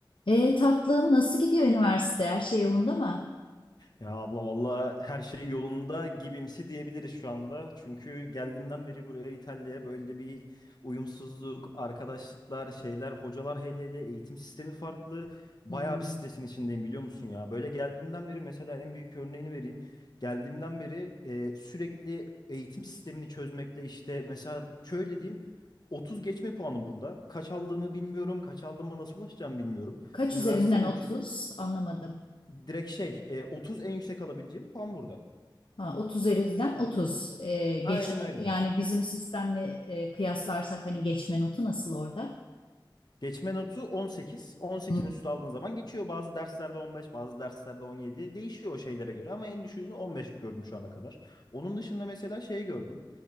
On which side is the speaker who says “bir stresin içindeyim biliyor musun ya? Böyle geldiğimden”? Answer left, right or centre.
Left